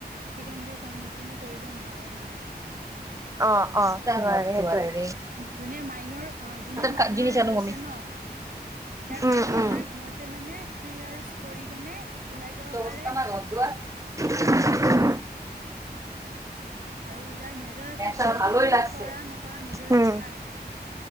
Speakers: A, on the right (about 55°); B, on the right (about 20°).
A: ষ্টুডেন্ট বোৰ কন্টিনিউ কৰিব নোৱাৰে মানে। <unintelligible>
B: অ অ সেই সেইটোে <unintelligible>
A: যোনে মাইনৰ অ যোনে মাইনৰ
B: খা- জিনিস আনো
A: লৈছে
B: আমি
A: ন যাৰ
B: উম
A: মেজৰ
B: উম
A: নাই সিহঁতে মানে থ্ৰী ইয়াৰ্চ কৰি কেনে ওলাই যাব
B: অৱস্থা
A: পাৰে।
B: না ঘর <inaudible>
A: আৰু <unintelligible> যাৰ মেজৰ আছে
B: নেশা
A: সিহঁতৰো
B: ভালোই
A: মানে
B: লাগছে
A: কৰা নকৰা নিজৰ
B: উম
A: ইচ্ছা আৰু। <unintelligible>